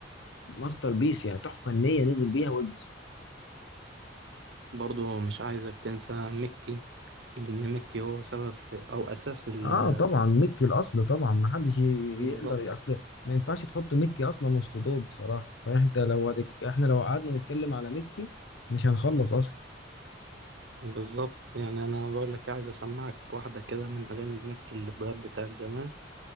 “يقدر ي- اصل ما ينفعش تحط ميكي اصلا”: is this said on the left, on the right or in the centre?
Left